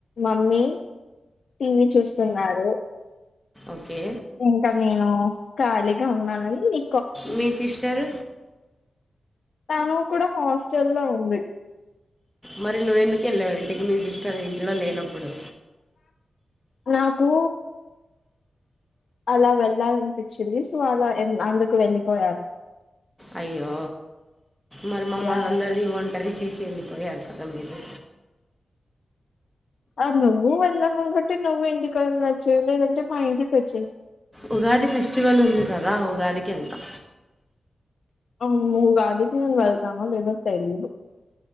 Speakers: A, on the left (about 60°); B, in the centre.
A: మమ్మీ టీవీ చూస్తున్నారు
B: ఓకే
A: ఇంకా నేను ఖాళీగా ఉన్నానని నీ
B: మీ సిస్టర్
A: తను కూడా హాస్టల్ లో ఉంది
B: మరి నువ్వెందుకు వెళ్ళావు ఇంటికి మీ సిస్టర్ ఇంట్లో లేనప్పుడు
A: నాకు అలా వెళ్ళాలనిపించింది సో అలా ఎన్ అందుకు వెళ్ళిపోయాను
B: అయ్యో మరి మమ్మల్న
A: యా
B: అందరిని వొన్ కర్రీ చేసి ఎళ్ళిపోయారు కదా మీరు
A: ఆ నువ్వు వెళ్ళముకంటే నువ్వు ఇంటికి వెళ్ళొచ్చు లేదంటే మా ఇంటికి వొచ్చేయ్
B: ఉగాది ఫెస్టివల్ ఉంది కదా ఉగాదికెల్తా
A: అవు ఉగాదికి మేం వెళ్తామా లేదో తెలీదు